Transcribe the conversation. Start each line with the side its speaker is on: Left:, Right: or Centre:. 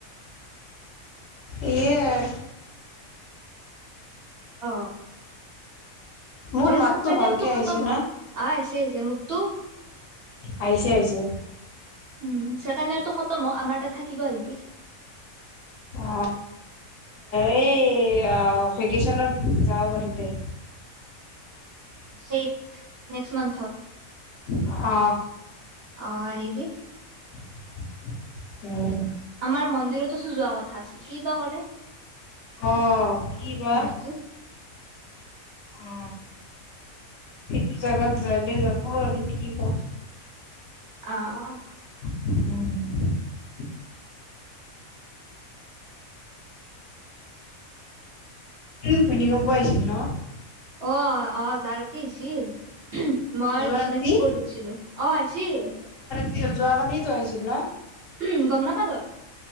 Left: এয়।
Right: অ
Left: মোৰ মাতটো
Right: চো
Left: ভালকে
Right: নেটটো খতম
Left: আহিছে
Right: হ
Left: না
Right: আহ আহিছে আহিছে মোকতটো।
Left: আহিছে আহিছে।
Right: উম ছেকেণ্ড নেটটো খতম অ আমাৰ তাত থাক। কিবা আহিবি।
Left: অ এই এ ভেকেশচনত যাওঁ বাৰু দে।
Right: সেই নেক্সট মানথত।
Left: অ
Right: অ আহিবি
Left: হুম হুম হুম হুম উম।
Right: আমাৰ মন্দিৰতোচো যোৱা কথা আছিল কি বা কৰে।
Left: আহ কি বা।
Right: এহেতি
Left: অ সেইটো জাগাত জালে যাব আৰু কি ক।
Right: অ'
Left: উম। ভূমিকম্প আইিছিল ন।
Right: অ অ চাগে। তি আহছিল হুম মই
Left: যোৱা
Right: বিচনা
Left: ৰাতি
Right: ঠিক কৰি দিছিলো অ আহিছিল।
Left: কিয় যোৱাকালি তো আহিছিল ন।
Right: উম গম নাপাওতয়।